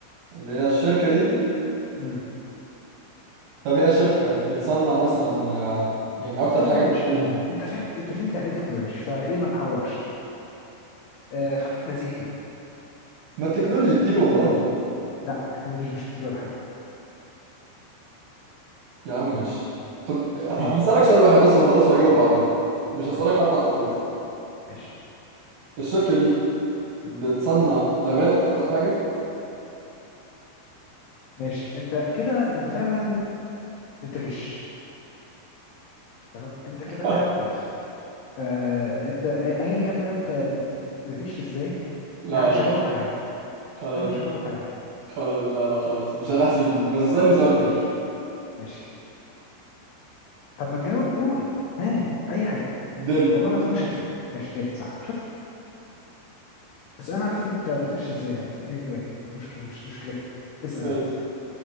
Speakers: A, on the right; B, on the left.
A: اللي هي الشركة دي
B: امم
A: طب هي شركة بتصنع مثلا آه، يعني أكتر
B: تكنولوجي
A: حاجة بتعملها
B: انت فهمت انت فهمت يعني ايه تكنولوجي فايه ما تحورش آه خليك نزيهي كده
A: ما التكنولوجي كتير والله
B: لا التكنولوجي مش كتير ولا حاجة
A: يا عم ماشي طب آه،
B: ها
A: هسألك سؤال واحد بس وخلاص وهجاوب بعدها مش هسألك
B: ماشي
A: حتى في حروف
B: ماشي
A: الشركة دي بتصنع لابات أكتر حاجة
B: ماشي انت كده انت فعلا بتغش تمام انت كده
A: <laughs>
B: فعلا بتغش آه انت أي- ايا كان بقى انت بت... بت- بتغش ازاي
A: لا
B: انا مش
A: لا
B: هجاوبك على حاجة
A: خلاص
B: انا مش هجاوبك على حاجة
A: خلاص لا لا خلاص مش هنحسب دي بس اسألني سؤال تاني
B: ماشي ماشي طب ما تجاوب قول ها اي حاجة
A: دل
B: والله العظيم مش هحسبه ماشي دل صح شفت بس انا عرفت انت بتغش ازاي يعني بس anyway مش مشكله مش مشكلتنا اسال
A: ماشي
B: يعني